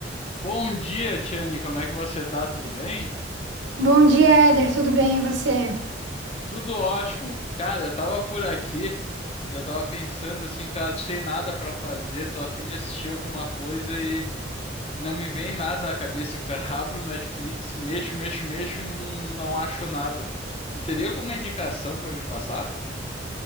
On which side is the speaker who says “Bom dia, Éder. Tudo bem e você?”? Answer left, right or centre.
Right